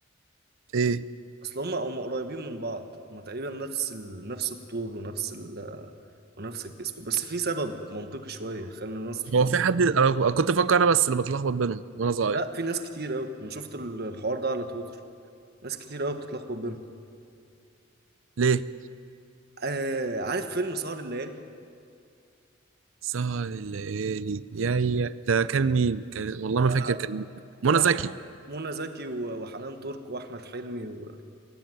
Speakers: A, on the right; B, on the right.
A: ايه
B: اصل هم هم قريبين من بعض هم تقريبا نفس ال... نفس الطول ونفس ال... ونفس الجسم بس في سبب منطقي شويه خلى الناس تتلخبط
A: هو في حد انا كنت فاكر انا بس اللي بتلخبط بينهم وانا صغير
B: لا في ناس كتير قوي انا شفت ال- الحوار ده على تويتر ناس كتير قوي بتتلخبط بينهم
A: ليه
B: آه عارف فيلم سهر الليالي
A: سهر الليالي يا يا ده كان مين كان والله
B: آه،
A: ما فاكر كان مين منى
B: كان احمد
A: زكي
B: منى زكي و- وحنان ترك واحمد حلمي و...